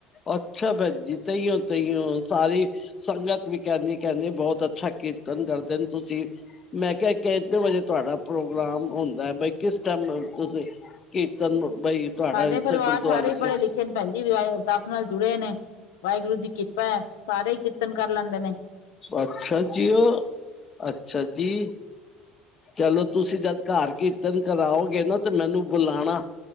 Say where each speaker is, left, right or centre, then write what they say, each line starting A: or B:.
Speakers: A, on the left; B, on the left.
A: ਅੱਛਾ ਭੈਣਜੀ ਤਈਓ-ਤਈਓ ਸਾਰੀ ਸੰਗਤ ਵੀ ਕਹਿੰਦੀ ਕਹਿੰਦੀ ਬਹੁਤ ਅੱਛਾ ਕੀਰਤਨ ਕਰਦੇ ਨ ਤੁਸੀਂ ਮੈਂ ਕਿਹਾ ਕਿਤੇ ਵਜੇ ਤੁਹਾਡਾ ਪ੍ਰੋਗਰਾਮ ਹੁੰਦਾ? ਬਈ ਕਿਸ ਟਾਈਮ ਤੁਸੀਂ ਕੀ ਤਨ ਬਈ ਤੁਹਾਡਾ
B: ਸਾਡੇ
A: ਇੱਥੇ
B: ਪਰਿਵਾਰ
A: ਗੁਰਦੁਆਰੇ
B: ਸਾਰੇ ਹੀ ਪੜ੍ਹੇ
A: ਚ
B: ਲਿਖੇ ਭੈਣ ਜੀ ਵਾਹਿ ਰੱਬ ਨਾਲ ਜੁੜੇ ਹੋਏ ਨੇ ਵਾਹਿਗੁਰੂ ਦੀ ਕਿਰਪਾ ਹੈ, ਸਾਰੇ ਹੀ ਕੀਰਤਨ ਕਰ ਲੈਂਦੇ ਨੇ।
A: ਅੱਛਾ ਜੀ ਉਹ ਅੱਛਾ ਜੀ। ਚਲੋ ਤੁਸੀਂ, ਜਦ ਘਰ ਕੀਰਤਨ ਕਰਾਓਗੇ ਨਾ ਤੇ ਮੈਨੂੰ ਬੁਲਾਣਾ